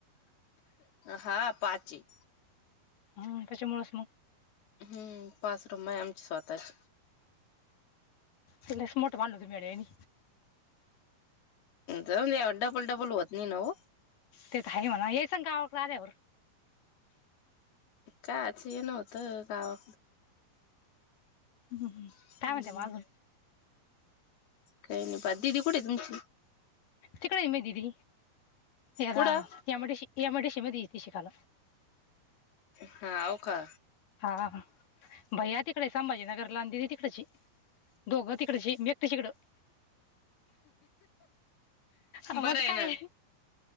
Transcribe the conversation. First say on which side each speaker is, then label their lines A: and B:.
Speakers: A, on the left; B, on the left.
A: हा पाचे,
B: हम् त्याच्यामुळेच मग,
A: हम्म पाच रूम हाय आम, स्वतःच,
B: तिकडेच मोठं बांधलं तुम्ही अड्यानी
A: जाऊन या डबल डबल होत नाही नव.
B: तेत आहे म्हणा, ये सांन गावाकळ आल्यावर.
A: काआच येन व्हतं गावा
B: ह ह,
A: हम्म
B: का म्हणते मागून?
A: काही नाही पात. दीदी कुठे तुमची?
B: तिकडे मी दीदी, येगा
A: कुठं
B: M I D C, M I D C मधी ती शिकाला.
A: हा हो का,
B: हा हा हा, भैया तिकडे संभाजीनगर ला, अ दीदि तिकडच ये दोघं तिकडची, मी एकटीच इकडं आम्हात
A: बरं
B: काय
A: ना
B: आहे.